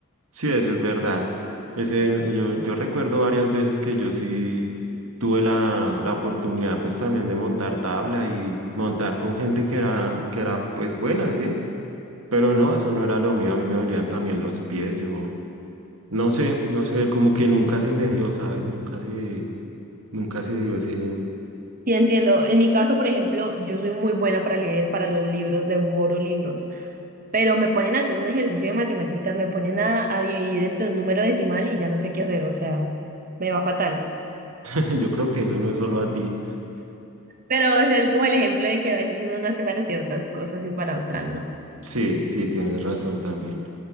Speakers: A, on the right; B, on the right.
A: Sí, eso es verdad. Ese, yo, yo recuerdo varias veces que yo sí tuve la, la oportunidad pues también de montar tabla y montar con gente que era, que era pues buena, ¿sí? Pero no, eso no era lo mío, a mí me dolían también los pies, yo no sé, no sé, como que nunca se me dio, ¿sabes? Nunca se, nunca se dio ese,
B: Sí, entiendo. En mi caso, por ejemplo, yo soy muy buena para leer, para los libros, devoro libros, pero me ponen a hacer un ejercicio de matemáticas, me ponen a, a dividir entre un número decimal y ya no sé qué hacer, o sea, me va fatal.
A: <laughs> yo creo que eso no es solo a ti.
B: Pero o sea, es como el ejemplo de que a veces uno nace para ciertas cosas y para otras no.
A: Sí, sí, tienes razón también.